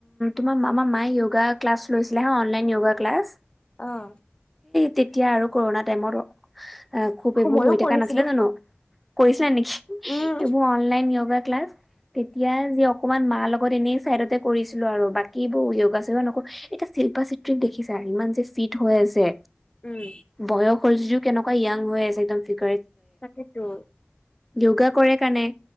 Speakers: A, in the centre; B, on the left.
A: তোমাৰ মামা মায় য়োগা ক্লাছ লৈছিলে হা অনলাইন য়োগা ক্লাছ।
B: অঁ।
A: তেতিয়া আৰু কৰোণা টাইমত অ খুব এইবোৰ
B: ময়ো
A: হৈ থকা
B: কৰিছিলো
A: নাছিলে জানো কৰিছে নেকি
B: উম
A: অনলাইন যোগা ক্লাছ তেতিয়া যে অকনমান মাৰ লগত এনেই চাইডতে কৰিছিলো আৰু বাকী বোৰ সেউগা চা নকৰো এতিয়া শিল্পা চিত্ৰিত দেখিছা ইমান যে ফিট হৈ আছে
B: উম
A: বয়স হ যদিও কেনেকুৱা য়াং হৈ আছে এক্দম ফিট
B: তাকেেতো
A: য়োগা কৰে কণে